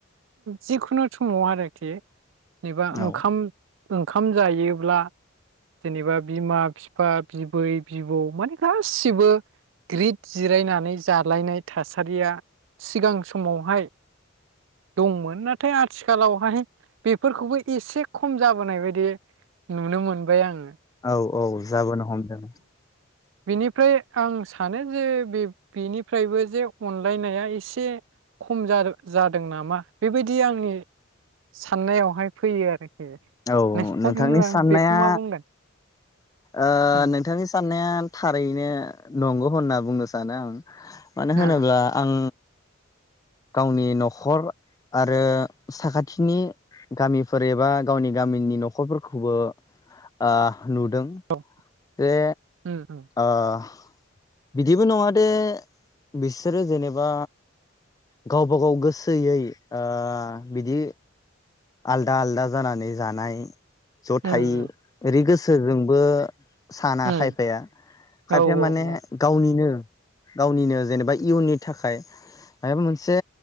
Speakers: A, on the right; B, on the left.
A: जिखुनु समाव आरोखि। एबा
B: औ
A: ओंखाम। ओंखाम जायोब्ला जेनेबा बिमा। फिफा बिबै बिबौ माने गासिबो ग्रिद जिरायनानै जालायनाय थासारिया सिगां समावहाय दंमोन नाथाय आथिखालावहाय बेफोरखौबो एसे खम जाबोनाय बायदि नुनो मोनबाय आं।
B: औ औ। जाबोनो हमदों।
A: बिनिफ्राय आं सानो जे बे बेनिफ्रायबो जे अनलायनाया एसे खम जादो जादों नामा बेबायदि आंनि। साननायावहाय फैयो आरोखि।
B: औ
A: नोंथांनिबा
B: नोंथांनि साननाया।
A: बेखौ मा बुंगोन
B: ओ-नोंथांनि
A: उम
B: साननाया थारैनो। नंगौ होनना बुंनो सानो आं। मानो होनोब्ला
A: आ
B: आं। गावनि न'खर आरो साखाथिनि गामिफोर एबा गावनि गामिनि न'खरफोरखौबो आ- नुदों
A: औ
B: ए।
A: उम उम
B: ओ- बिदिबो नङा दे बिसोरो जेनेबा गावबा गाव गोसोयै ओ बिदि आलदा आलदा जानानै जानाय। जथाय
A: उम
B: ओरै गोस सोरजोंबो। साना
A: उम
B: खायफाया। खायफाया
A: औ
B: माने
A: औ
B: गावनिनो। गावनिनो जेनेबा इयुननि थाखाय मायबा मोनसे